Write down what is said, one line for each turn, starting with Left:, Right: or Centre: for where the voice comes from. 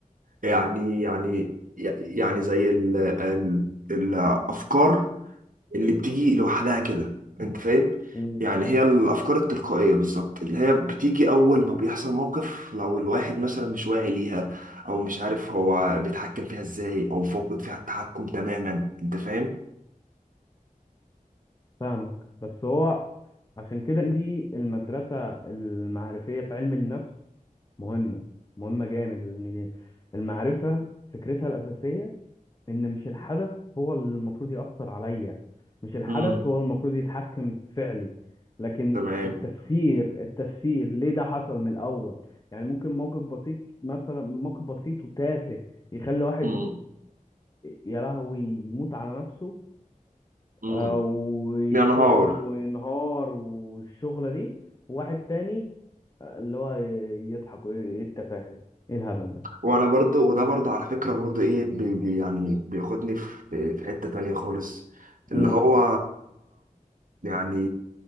Right: يعني يعني يعني زي ال ال الافكار اللي بتيجي لوحدها كده انت فاهم
Left: دي
Right: يعني هي الافكار التلقائيه بالظبط اللي هي بتيجي اول ما بيحصل موقف لو الواحد مثلا مش واعي ليها او مش عارف هو بيتحكم فيها ازاي او فاقد فيها التحكم تماما انت فاهم
Left: فاهمك بس هو عشان كده دي المدرسة المعرفية في علم النفس مهمة مهمة جامد يا زميلي المعرفة فكرتها الأساسية إن مش الحدث هو اللي المفروض يأثر عليا مش الحدث
Right: امم
Left: هو المفروض يتحكم في فعلي لكن
Right: تمام
Left: التفسير التفسير ليه ده حصل من الأول يعني ممكن موقف بسيط مثلا موقف بسيط وتافه يخلي واحد
Right: امم
Left: يا لهوي يموت على نفسه
Right: امم
Left: آه، ويكتئب
Right: يا نهار
Left: وينهار والشغلة دي وواحد تاني آه، اللي هو ي- يضحك ويقول ايه التفاهة ايه الهبل ده
Right: وانا برضو وده برضو على فكرة برضو ايه بي بي يعني بياخدني في في حتة تانية خالص اللي
Left: امم
Right: هو يعني